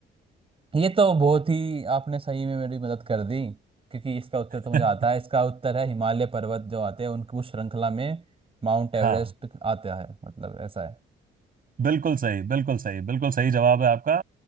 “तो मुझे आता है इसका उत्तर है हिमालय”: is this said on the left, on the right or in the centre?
Right